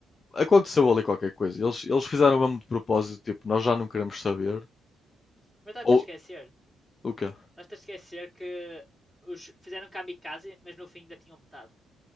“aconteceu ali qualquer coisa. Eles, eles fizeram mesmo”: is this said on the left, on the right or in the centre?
Left